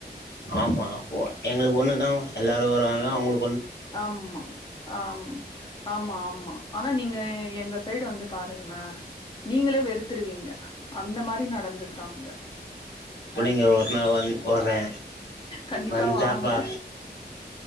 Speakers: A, on the left; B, on the left.
A: ஆமா ஓ எங்கள்க் ஒண்ணு நா எல்லாரு வருவாங்க அவுங்களு
B: ஆமா ஆம் ஆமா ஆ ஆமா ஆனா நீங்க எங்க சைடு வந்து பாருங்களேன் நீங்களே வெறுத்துருவீங்க அந்த மாரி நடந்துக்கறாங்க
A: புள்ளைங்க ஒரு நாள் வந் வர்றே
B: கண்டிப்பா
A: வந்துட்டாப்பா
B: வாங்க